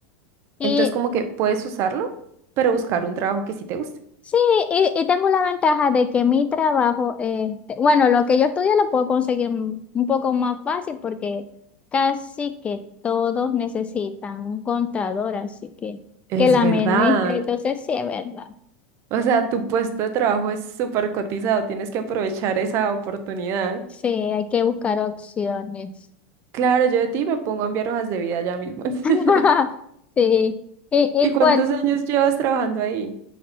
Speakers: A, on the left; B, on the right.
A: Y
B: Entonces, como que puedes usarlo, pero buscar un trabajo que sí te guste.
A: sí, y, y tengo la ventaja de que mi trabajo, este, bueno, lo que yo estudio lo puedo conseguir un un poco más fácil porque casi que todos necesitan un contador, así que
B: Es
A: que la
B: verdad.
A: administre, entonces sí, es verdad.
B: O sea, tu puesto de trabajo es súper cotizado, tienes que aprovechar esa oportunidad.
A: Sí, hay que buscar opciones.
B: Claro, yo de ti me pongo a enviar hojas de vida ya mismo. <laughs>
A: <laughs> Sí, y, y
B: ¿Y cuántos
A: cuál,
B: años llevas trabajando ahí?